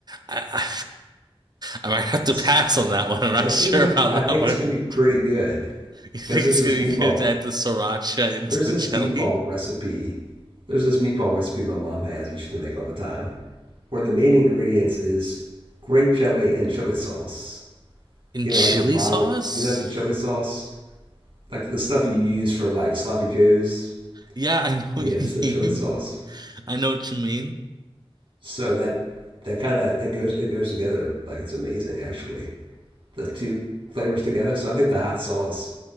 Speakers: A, on the right (about 40°); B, on the right (about 60°).
A: I, I I might have
B: It's
A: to pass on that one. I'm not
B: It's
A: sure
B: gonna be,
A: about
B: I think
A: that one.
B: it's gonna be
A: <laughs>
B: pretty good
A: You think
B: because there's
A: it's
B: this
A: gonna
B: meatball,
A: be good to add the sriracha into
B: there's
A: the
B: this
A: jelly?
B: meatball recipe, there's this meatball recipe my mom has, used to make all the time, where the main ingredients is grape jelly and chili sauce.
A: In
B: You
A: chili
B: know, like the bottled,
A: sauce?
B: you know, like the chili sauce, like the stuff you use for like sloppy joes.
A: Yeah, I know <laughs> what
B: Yeah, just
A: you
B: the chili
A: mean.
B: sauce.
A: I know what you mean.
B: So that that kind of that goes it goes together like it's amazing actually. The two flavors together. So I think the hot sauce